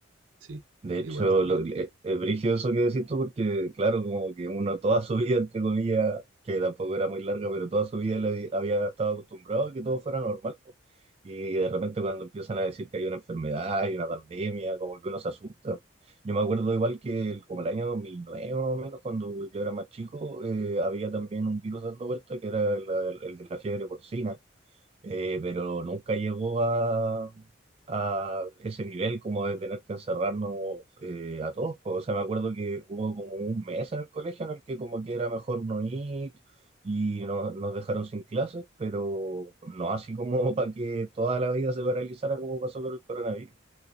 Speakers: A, on the right (about 80°); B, on the right (about 30°).
A: sí,
B: De
A: igual
B: hecho,
A: también.
B: lo, eh, es brígido eso que decís tú, porque claro, como que uno toda su vida, entre comillas, que tampoco era muy larga, pero toda su vida le había estado acostumbrado a que todo fuera normal. po. Y de repente cuando empiezan a decir que hay una enfermedad, hay una pandemia, como que uno se asusta. Yo me acuerdo igual que el- como el año 2009 más o menos, cuando yo era más chico, eh, había también un virus dando vuelta que era la- el de la fiebre porcina eh, pero nunca llegó a, a ese nivel como de tener que encerrarnos eh, a todos. pues. O sea, me acuerdo que hubo como un mes en el colegio en el que como que era mejor no ir y no- nos dejaron sin clases, pero no así como <laughs> para que toda la vida se paralizara como pasó con el coronavirus.